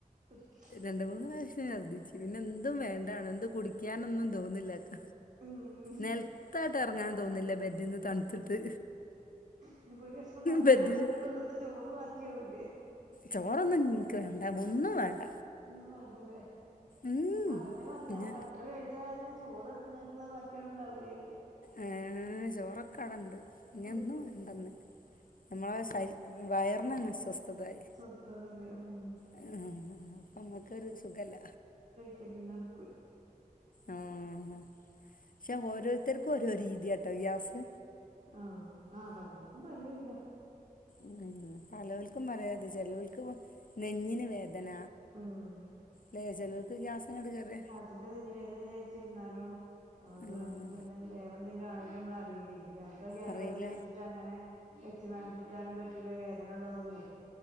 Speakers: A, on the right (about 55°); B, on the left (about 65°).
A: ഒരുക്കി
B: രണ്ട മൂന്ന് പ്രാവശ്യം ഛർദ്ദിച്ചു പിന്നെ എന്തും വേണ്ടണോ എന്തും കുടിക്കാനൊന്നും തോന്നുന്നില്ലക്ക
A: ഉം
B: നെൽത്തായിട്ട് ഇറങ്ങാൻ തോന്നില്ല ബെഡിന്ന് തണുത്തിട്ട്
A: ഇനിയിപ്പോ ഒരു കഷ്ണം ബട്ടർ
B: ബെഡില്
A: കളഞ്ഞോണ്ട് ഇന്നിപ്പ ഇന്നത്തെ ചോറ് ബാക്കിയാവൂലേ
B: ചോറൊന്നും ഇന്ക്ക് വേണ്ട ഒന്നും വേണ്ട
A: ഒന്നും വേണ്ടല്ലേ
B: ഉം
A: അതെന്നെ പറഞ്ഞേ ആ
B: ഞാ
A: ബട്ടർ കഴി ഴിച്ച കാരണം ചോറ് നിങ്ങൾക്കുള്ള ബാക്കിയവ്ടെ ഇണ്ടാവൂലേയിക്ക
B: ഏഹ് ചോറൊക്കവ്ടണ്ട് ഇഞ്ഞെന്നും
A: ഉം
B: വേണ്ടന്ന് നമ്മളെ ശരി വയറിനന്നെ സ്വസ്ഥതായി
A: സ്വസ്ഥതല്ലേ ഉം
B: <unintelligible> അപ്പമ്മക്കൊരു സുഖല്ല
A: കെരീന ബക്കൂർ
B: ആഹ് പക്ഷെ ഓരോരുത്തർക്കും ഓരോ രീതിയാട്ടോ ഗ്യാസ്
A: ആഹ് ആഹ് പലർക്കും പലേ രിലാ
B: ഉം പലവൽക്കും പലേത് ചെലോൽക്ക് നെഞ്ഞിന് വേദന
A: ഉം
B: ല്ലേ ചേലോൽക്ക് ഗ്യാസ് ഇങ്ങട്ട് കേറിയ
A: ത്തിന്റെ നെഞ്ഞി വേദനെ വിചാരിച്ചിര്ന്നാലും അത്
B: ആഹ്
A: പിന്നെ വേറെ എന്തെലും ആയാലും നമ്മളറില്ലേ ഗ്യാസോ ഗ്യാസോ
B: അറിയില്ല
A: വിചാരിച്ചട്ട് അങ്ങനെ വെച്ചു കാണ്ടിരിക്കാനും പറ്റൂല്ല വേദന ഉള്ളതൊന്നേ